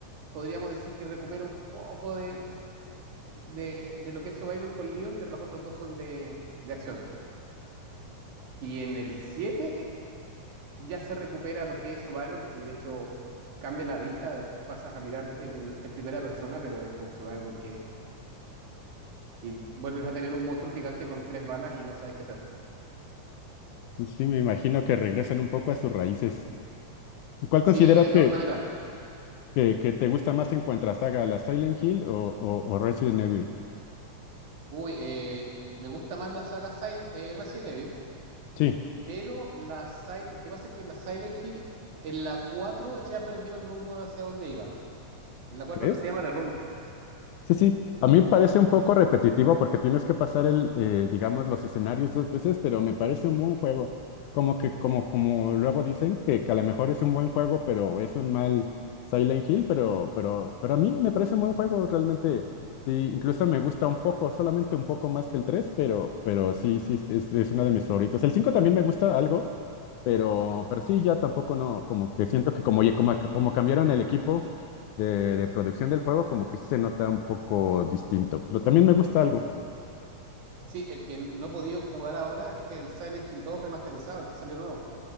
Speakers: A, on the right; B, on the left.
A: podríamos decir que recupera un poco de, de, de lo que es Survivor con Leon, pero los otros dos son de, de acción. Y en el 7 ya se recupera lo que es Survivor y de hecho cambia la vista, pasas a mirar en, en primera persona, pero es un Survivor que, que vuelves a tener un monstruo gigante con tres balas y no sabes qué hacer.
B: sí, me imagino que regresan un poco a sus raíces. ¿Y ¿Cuál
A: Sí,
B: consideras
A: de todas
B: que,
A: maneras.
B: que, que te gusta más en cuanto a saga, la Silent Hill o, o, o Resident Evil?
A: Uy, eh, me gusta más la saga Sil eh, Resident Evil.
B: Sí,
A: Pero la Sil- es que pasa que la Silent Hill en la 4 ya perdió el rumbo de hacia dónde iba. En la 4
B: ¿crees?
A: que se llama The Room.
B: Sí, sí. A mí me parece un poco repetitivo porque tienes que pasar el, eh, digamos, los escenarios dos veces, pero me parece un buen juego. Como que, como, como luego dicen que, que a lo mejor es un buen juego, pero es un mal Silent Hill, pero, pero, pero a mí me parece un buen juego, realmente. Sí, incluso me gusta un poco, solamente un poco más que el 3, pero, pero sí, sí, es, es uno de mis favoritos. El 5 también me gusta algo, pero, pero sí, ya tampoco no, como que siento que como, ya- como, como cambiaron el equipo de, de producción del juego, como que se nota un poco distinto. Pero también me gusta algo.
A: Sí, el que no he podido jugar ahora es el Silent Hill dos remasterizado, el que salió nuevo.